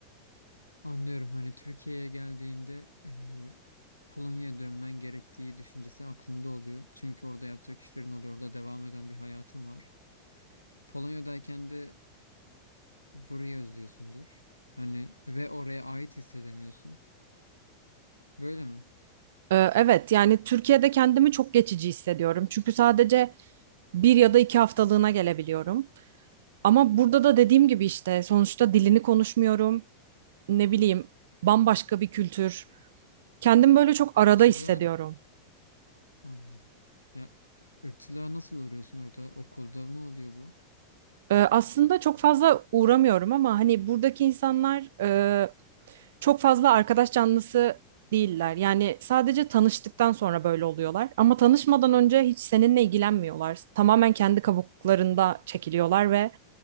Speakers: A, on the left; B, on the right.
A: anlıyorum hani Türkiye'ye geldiğinde eee, Polonya'ya dönmen gerektiği düşüncesi aklında oluyor. Çünkü orada yapacak işlerin oluyor. Orada devam eden bir hayatın var. Polonya'dayken de burayı özlüyorsundur. Hani ve oraya ait hissedemiyorsun. Böyle mi?
B: Ee, Evet yani Türkiye'de kendimi çok geçici hissediyorum. Çünkü sadece bir ya da iki haftalığına gelebiliyorum. Ama burada da dediğim gibi işte sonuçta dilini konuşmuyorum. Ne bileyim bambaşka bir kültür. Kendimi böyle çok
A: Irkçılığa
B: arada hissediyorum.
A: anladım. Ya ırkçılığa nasıl uğruyorsun orada? Okulda mı oluyor bu?
B: Ee, aslında çok fazla uğramıyorum ama hani buradaki insanlar e, çok fazla arkadaş canlısı değiller. Yani sadece tanıştıktan sonra böyle oluyorlar. Ama tanışmadan önce hiç seninle ilgilenmiyorlar. Tamamen kendi kabuklarında çekiliyorlar ve